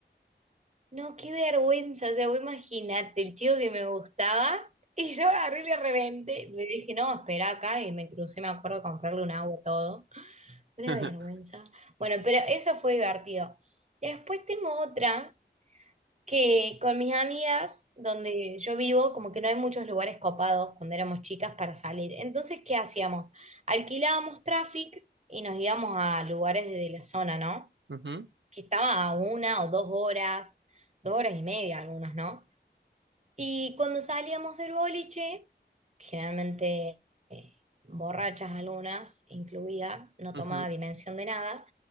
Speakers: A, on the right; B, on the right.
A: No, qué vergüenza, o sea, vos imaginate, el chico que me gustaba y yo agarré y le reventé. Le dije, no, espera acá y me crucé, me acuerdo, a comprarle un agua y todo. Una
B: <laughs>
A: vergüenza. Bueno, pero eso fue divertido. Después tengo otra que con mis amigas, donde yo vivo, como que no hay muchos lugares copados cuando éramos chicas para salir. Entonces, ¿qué hacíamos? Alquilábamos Traffics y nos íbamos a lugares de la zona, ¿no?
B: Ujú,
A: Que estaba a una o dos horas, dos horas y media algunos, ¿no? Y cuando salíamos del boliche, generalmente eh, borrachas algunas, incluida, no
B: ujú,
A: tomaba dimensión de nada.